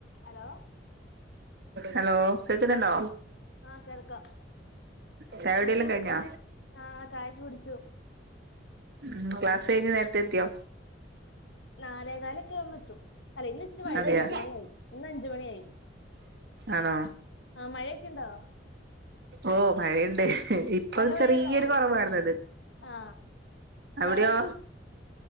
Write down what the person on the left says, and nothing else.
hello
ആഹ് കേൾക്കാം
ആ ചായയൊക്കെ കുടിച്ചു
നാലേകാല് ത്തും അല്ലെങ്കി ഇച്ചിരി വൈകി
അഞ്ച് മണിയാവും ഇന്ന് അഞ്ച് മണിയായി
ആഹ് മഴയൊക്കെ ഇണ്ടോ?
നല്ല മഴയാണോ
ആ
രാവിലെ